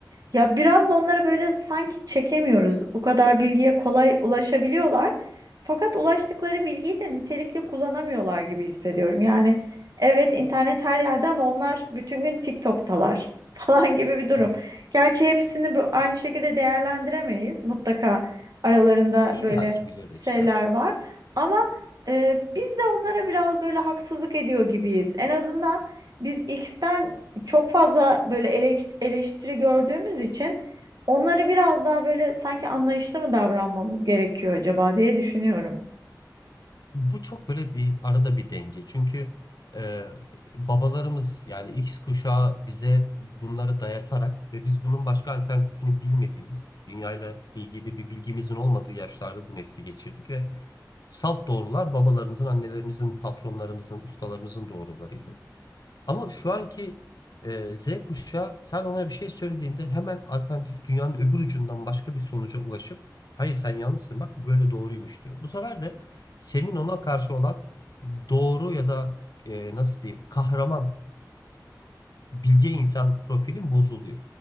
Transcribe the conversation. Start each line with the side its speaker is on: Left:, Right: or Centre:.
Right: Ya biraz da onları böyle sanki çekemiyoruz. Bu kadar bilgiye kolay ulaşabiliyorlar. Fakat ulaştıkları bilgiyi de nitelikli kullanamıyorlar gibi hissediyorum. Yani Evet internet her yerde ama onlar bütün gün TikTok'talar <laughs> falan gibi bir durum.
Left: evet.
Right: Gerçi hepsini bu- aynı şekilde değerlendiremeyiz. Mutlaka aralarında
Left: İlla
Right: böyle
Left: ki birileri
Right: şeyler
Left: çıkar.
Right: var. Ama e, biz de onlara biraz böyle haksızlık ediyor gibiyiz. En azından biz X'ten çok fazla böyle eleş- eleştiri gördüğümüz için onlara biraz daha böyle sanki anlayışlı mı davranmamız gerekiyor acaba diye düşünüyorum.
Left: Bu çok böyle bir arada bir denge. Çünkü e, babalarımız yani X kuşağı bize bunları dayatarak ve biz bunun başka alternatifini bilmediğimiz, dünyayla ilgili bir bilgimizin olmadığı yaşlarda bu nesli geçirdik ve salt doğrular babalarımızın, annelerimizin, patronlarımızın, ustalarımızın doğrularıydı. Ama şu anki e, Z kuşağı sen ona bir şey söylediğinde hemen alternatif dünyanın öbür ucundan başka bir sonuca ulaşıp hayır sen yanlışsın bak böyle doğruymuş diyor. Bu sefer de senin ona karşı olan doğru ya da e, nasıl diyeyim kahraman bilge insan profilin bozuluyor.